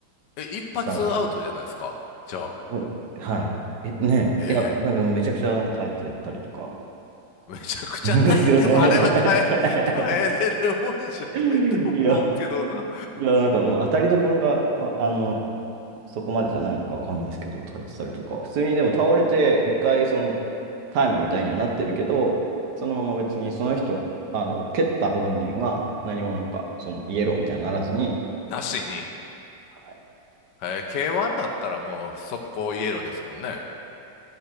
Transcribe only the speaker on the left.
え、一発アウトじゃないですか。
じゃあ、
え
えめちゃくちゃ耐えても、
あれは耐え、
耐えれるもんじゃないと思うけどな。
なしに。
えー K1 だったらもう速攻イエローですもんね。